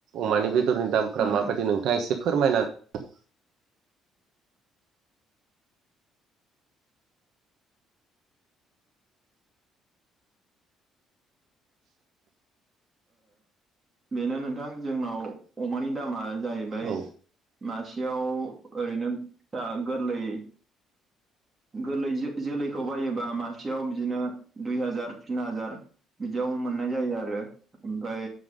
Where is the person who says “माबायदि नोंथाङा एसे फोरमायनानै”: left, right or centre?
Right